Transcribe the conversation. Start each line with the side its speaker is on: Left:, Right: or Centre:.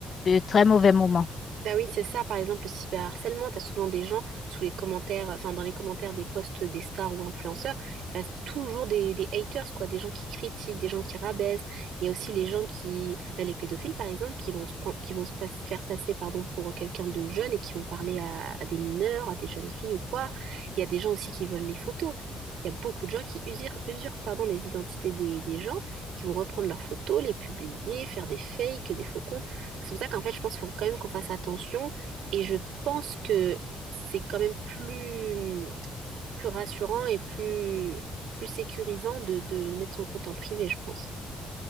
Left: de très mauvais moments.
Right: Bah oui, c'est ça, par exemple, le cyberharcèlement, t'as souvent des gens sous les commentaires, enfin dans les commentaires des posts des stars ou influenceurs, il y a toujours des, des haters, quoi, des gens qui critiquent, des gens qui rabaissent, il y a aussi les gens qui, bah, les pédophiles par exemple, qui vont se prendre, qui vont se pas- faire passer pardon, pour quelqu'un de jeune et qui vont parler à, à des mineurs, à des jeunes filles ou quoi. Il y a des gens aussi qui volent les photos. Il y a beaucoup de gens qui usurpent, usurpent pardon, les identités des, des gens, qui vont reprendre leurs photos, les publier, faire des fakes, des faux comptes. C'est pour ça qu'en fait, je pense qu'il faut quand même qu'on fasse attention et je pense que c'est quand même plus, plus rassurant et plus, plus sécurisant de, de mettre son compte en privé, je pense.